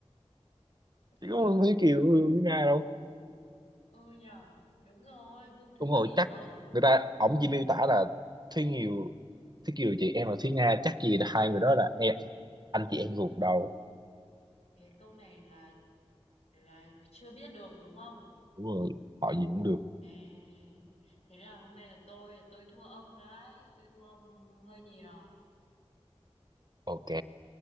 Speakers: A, on the left; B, on the right.
A: Thế
B: chỉ có
A: sao?
B: Vương Thúy Kiều Vương Thúy Nga đâu
A: Ừ nhờ, đúng rồi, Vương Thúy
B: đúng rồi
A: Kiều.
B: chắc người ta ổng chỉ miêu tả là Thúy Kiều Thúy Kiều chị em là Thúy Nga chắc gì là hai người đó là em anh chị em ruột đâu
A: Thế câu này là là chưa biết được đúng không?
B: đúng rồi họ gì cũng được
A: À, thế là hôm nay là tôi tôi thua ông đấy, tôi thua ông hơi nhiều.
B: ok